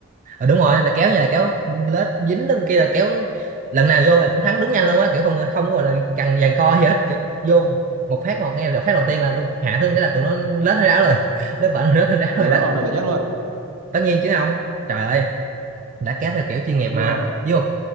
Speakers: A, on the right; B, on the right.
A: Ờ, đúng rồi là kéo như là kéo lết dính lên kia là kéo lần nào vô là cũng thắng đúng nhanh luôn á kiểu không không có gọi là gằn giằng co gì hết kiểu vô một phát một nghe được phát đầu tiên là tôi hạ thương cái là tụi nó lết hết ráo rồi <laughs> lết bệnh lết hết ráo
B: là
A: rồi
B: lớp
A: đó
B: ông được giải nhất luôn
A: tất nhiên chứ không trời ơi đã kéo theo kiểu chuyên nghiệp
B: nhưng
A: mà
B: mà
A: với một